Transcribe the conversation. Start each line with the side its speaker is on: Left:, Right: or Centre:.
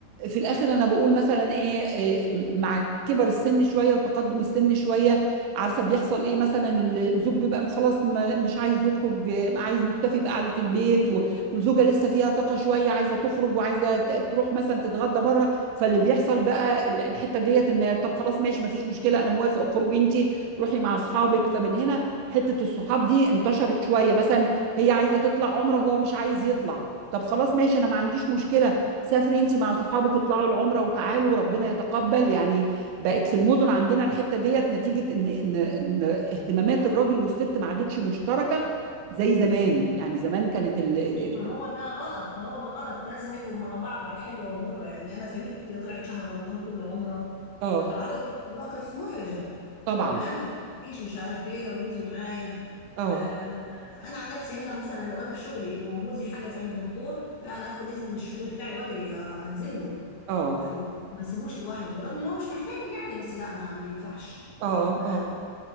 Right: في الاخر انا بقول مثلا ايه إيه، مع كبر السن شويه وتقدم السن شويه عارفه بيحصل ايه مثلا ال- الزوج بيبقى م- خلاص ما- مش عايز يخرج آه، عايز مكتفي بقعده البيت و- والزوجه لسه فيها طاقه شويه عايزه تخرج وعايزه ت- تروح مثلا تتغدى بره فاللي بيحصل بقى ال- الحته ديت ان طب خلاص ماشي ما فيش مشكله انا موافق اخرجي انت روحي مع اصحابك فمن هنا حته الصحاب دي انتشرت شويه مثلا هي عايزه تطلع عمره وهو مش عايز يطلع طب خلاص ماشي انا ما عنديش مشكله سافري انت مع صحابك اطلعوا العمره وتعالوا وربنا يتقبل يعني بقت في المدن عندنا الحته ديت نتيجه ان ان ان اهتمامات الراجل والست ما عادتش مشتركه زي زمان يعني زمان كانت ال... ال-
Left: ما هو ده غلط ما هو ده غلط لازم يبقوا مع بعض على الحلوة والمرة يعني أنا زميلتي اللي طلعت شهر رمضان كله عمرة
Right: اه
Left: اتعرضت لمواقف محرجة
Right: طبعا
Left: تمام في التفتيش مش عارف إيه لو جوزي معايا
Right: اه
Left: آم، أنا عن نفسي هنا مثلا لو أنا في شغلي وجوزي حجز عند دكتور لا أنا هاخد إذن من الشغل بتاعي وأجري آه، أنزل له
Right: اه
Left: اللي عند ما اسيبوش لوحده بالرغم إن هو مش محتاجني يعني بس لا ما, ما ينفعش
Right: اه
Left: أنا
Right: اه